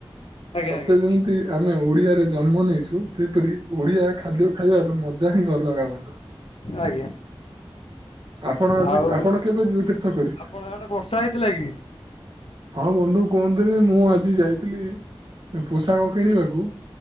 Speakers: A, on the left; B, on the right.
A: ଆଜ୍ଞା
B: ସତେ
A: ଆଜ୍ଞା
B: ଯେମିତି ଆମେ ଓଡିଆରେ ଜନ୍ମ ନେଇଚୁ, ସେହିପରି ଓଡିଆ ଖାଦ୍ୟ ଖାଇବାର ମଜା ହିଁ ଅଲଗା ବନ୍ଧ
A: ଆଜ୍ଞା।
B: ଆପଣ ଆଜି
A: ଆଉ
B: ଆପଣ କେବେ ଯିବେ ତୀର୍ଥ କରି?
A: ଆପଣଙ୍କ ଆଡେ ବର୍ଷା ହେଇଥିଲା କି?
B: ହଁ ବନ୍ଧୁ କୁହନ୍ତୁନି ମୁଁ ଆଜି ଯାଇଥିଲି ପୋଷାକ କିଣିବାକୁ